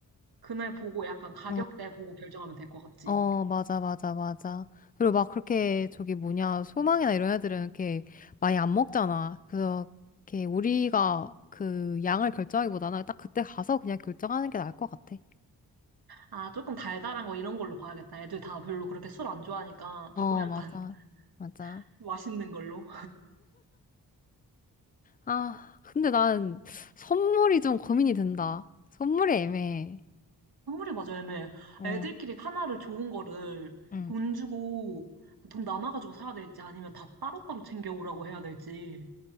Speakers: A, on the right; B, on the left.
A: 그날 보고 약간 가격대
B: 어,
A: 보고 결정하면 될 것 같지.
B: 어, 맞아, 맞아, 맞아. 그리고 막 그렇게 저기 뭐냐, 소망이나 이런 애들은 이렇게 많이 안 먹잖아. 그래서 이렇게 우리가 그 양을 결정하기보다는 딱 그때 가서 그냥 결정하는 게 나을 것 같아.
A: 아, 조금 달달한 거 이런 걸로 봐야겠다. 애들 다 별로 그렇게 술 안 좋아하니까 조금
B: 응. 어,
A: 약간
B: 맞아.
A: <laughs>
B: 맞아.
A: 맛있는 걸로.
B: 아, 근데 난 선물이 좀 고민이 된다. 선물이 애매해.
A: 선물이 맞아, 애매.
B: 어,
A: 애들끼리 하나를 좋은 거를
B: 응,
A: 돈 주고 돈 남아가지고 사야 될지 아니면 다 따로따로 챙겨오라고 해야 될지.